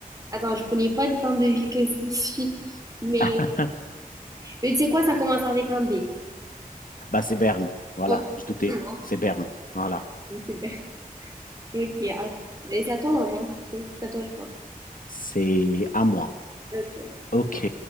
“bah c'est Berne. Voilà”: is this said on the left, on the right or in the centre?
Left